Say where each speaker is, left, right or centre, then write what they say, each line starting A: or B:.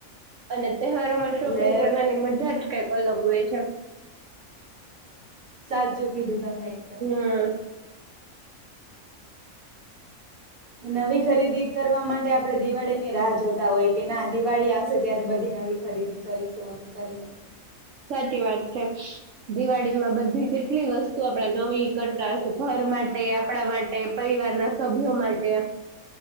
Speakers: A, on the right (about 65°); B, on the right (about 85°).
A: અને તહેવારોમાં
B: એટલે
A: શોપિંગ કરવાની મજા જ કઈક અલગ હોય છે
B: સાચું કીધું તમે એકદમ
A: હમ
B: નવી ખરીદી કરવા માટે આપણે દિવાળી ની રાહ જો હોય કે ના દિવાળી આવશે ત્યારે બધી નવી ખરીદી કરીશું એમ કરીને
A: સાચી વાત છે દિવાળીમાં બધી જ કેટલી વસ્તુ આપણા નવી કરતા હશ ઘર માટે આપણા માટે પરિવારના સભ્યો માટે